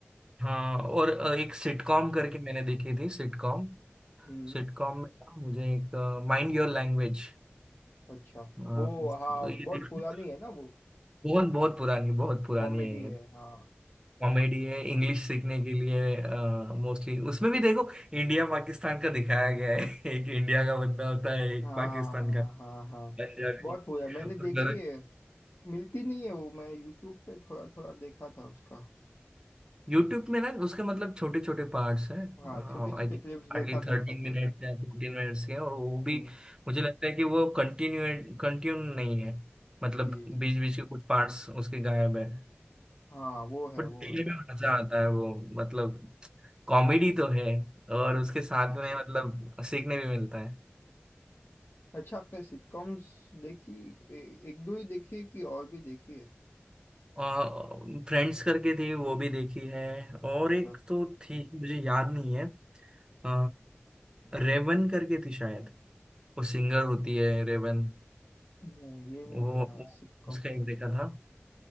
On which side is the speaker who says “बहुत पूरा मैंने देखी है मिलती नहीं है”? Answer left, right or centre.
Left